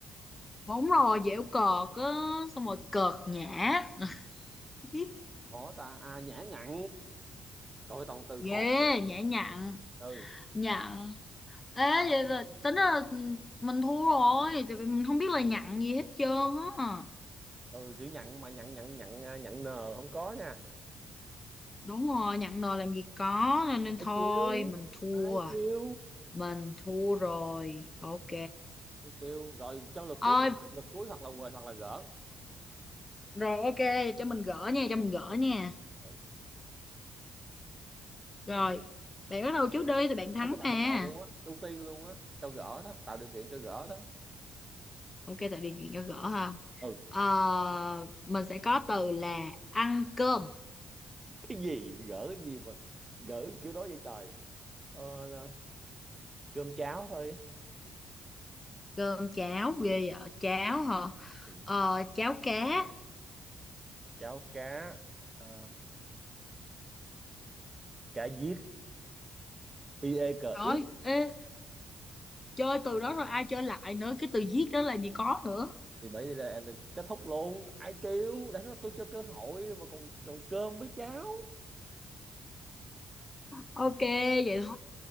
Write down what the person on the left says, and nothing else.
đúng rồi dẻo cợt á xong rồi cợt nhã <laughs>
Ghê,
nhã nhặn,
nhặn. Ê, vậy là tính là ừ, mình thua rồi, tại vì mình không biết là nhặn gì hết trơn á.
Đúng rồi, nhặn nồi làm gì có, nên, nên
thôi,
mình thua.
Mình thua rồi, ok.
Ôi,
rồi ok, cho mình gỡ nha, cho mình gỡ nha.
Rồi,
bạn bắt đầu trước đi, thì bạn thắng
mà.
Ok, tại điều kiện cho gỡ ha.
Ờ, mình sẽ có từ là ăn cơm.
cơm cháo ghê vậy cháo hả
ờ, cháo cá
rồi
ê chơi từ đó rồi ai chơi lại nữa cái từ viết đó làm gì có nữa
ok vậy thôi